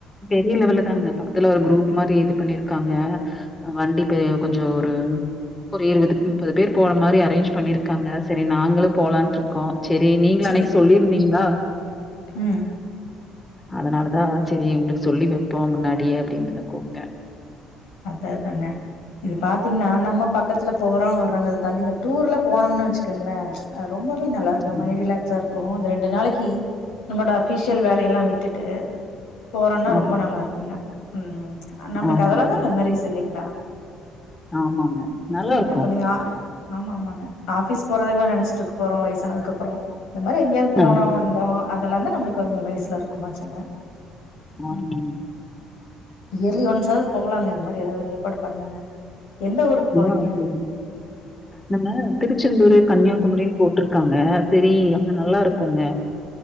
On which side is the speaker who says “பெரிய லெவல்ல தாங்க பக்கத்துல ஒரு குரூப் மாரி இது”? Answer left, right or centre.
Left